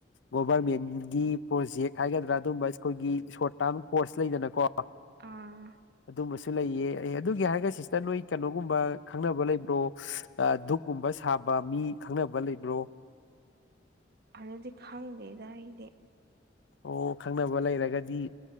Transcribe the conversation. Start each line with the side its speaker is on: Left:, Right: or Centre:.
Left: ꯒꯣꯕꯔꯃꯦꯟꯒꯤ ꯄ꯭ꯔꯣꯖꯦꯛ ꯍꯥꯏꯒꯗ꯭ꯔ ꯑꯗꯨꯝꯕ ꯁ꯭ꯀꯨꯜꯒꯤ ꯁꯣꯔꯠ ꯇꯥꯝ ꯀꯣꯔꯁ ꯂꯩꯗꯅꯀꯣ
Right: ꯑꯥ
Left: ꯑꯗꯨꯝꯃꯁꯨ ꯂꯩꯌꯦ ꯑꯦ ꯑꯗꯨꯒꯤ ꯍꯥꯏꯔꯒ ꯁꯤꯁꯇꯔ ꯅꯣꯏ ꯀꯩꯅꯣꯒꯨꯝꯕ ꯈꯪꯅꯕ ꯂꯩꯕ꯭ꯔꯣ ꯙꯨꯛꯀꯨꯝꯕ ꯁꯥꯕ ꯃꯤ ꯈꯪꯅꯕ ꯂꯩꯕ꯭ꯔꯣ
Right: ꯑꯗꯨꯗꯤ ꯈꯪꯗꯦꯗ ꯑꯩꯗꯤ
Left: ꯑꯣ ꯈꯪꯅꯕ ꯂꯩꯔꯒꯗꯤ